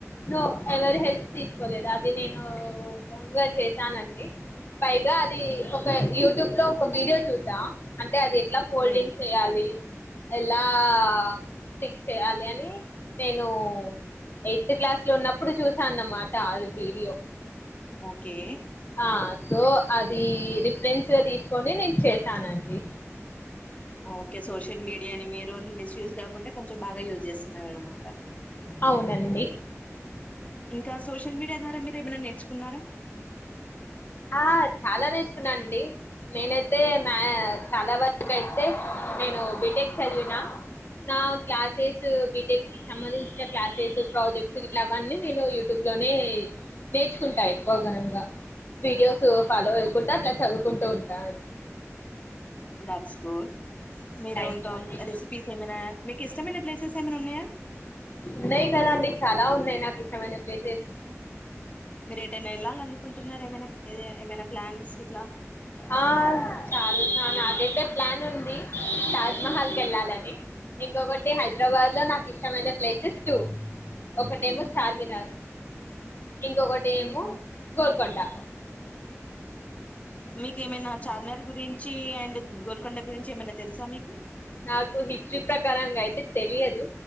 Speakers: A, on the left; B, on the left.
A: నో ఎవరి హెల్ప్ తీసుకోలేదు అది నేను ఓన్గా చేశానండి పైగా అదీ
B: మ్మ్.
A: ఒక యూట్యూబ్‌లో ఒక వీడియో చూసా అంటే అది ఎట్లా ఫోల్డింగ్
B: మ్మ్.
A: చేయాలి ఎలా స్టిక్ చేయాలనీ నేను ఏ త్ క్లాస్ లో ఉన్నప్పుడు చూసాన్నమాట అది వీడియో
B: ఓకే
A: ఆ సో అది రిఫరెన్స్ గా తీసుకొని నేను చేశానండి
B: ఓకే సోషల్ మీడియాని మీరు మిస్యూస్ కాకుండ కొంచెం బాగా యూజ్ చేస్తున్నారన్నమాట
A: అవునండి
B: ఇంకా సోషల్ మీడియా ద్వారా మీరేమన్న నేర్చుకున్నారా
A: ఆ చాలా నేర్చుకున్నండి నేనైతే మా చాలా వరకు అయితే నేను బీటెక్ చదివిన నా క్లాసెస్ బీటెక్ కి సంబంధించిన క్లాసెస్ ప్రాజెక్ట్స్ ఇట్లా అవన్నీ నేను యూట్యూబ్ లోనే నేర్చుకుంటా ఎక్కువగనంగా వీడియోస్ సు ఫాలో అయికుంటా
B: ఓకే
A: అట్లా చదువుకుంటూ ఉంటా
B: నాచ్ గోట్ మీరు
A: థ్యాంక్
B: ఇంకా
A: యూ అండి
B: రెసిపీస్ ఏమన మీకు ఇష్టమైన ప్లేసెస్ ఏమైనా ఉన్నాయా
A: ఉన్నాయి కదా అండి చాలా ఉన్నాయి నాకు ఇష్టమైన ప్లేసెస్
B: మీరు ఎటైనా వెళ్ళాలి అనుకుంటున్నర ఏమైనా ఏ ఏమైనా ప్లాన్స్ ఇట్లా
A: ఆ చాలు ఆ నాదైతే ప్లాన్ ఉంది తాజ్‌మహల్‌కెళ్లాలని ఇంకొకటి హైదరాబాద్లో నాక్ ఇష్టమైన ప్లేసెస్ టూ ఒకటేమో చార్మినార్ ఇంకొకటి
B: మ్మ్హ్మ్.
A: ఏమొ గోల్కొండా
B: మీకేమైనా చార్మీనార్ గురించి అండ్ గోల్కొండ గురించి ఏమైన్నా తెలుసా మీకు
A: నాకు హిస్టరీ ప్రకారం అయితే తెలియదు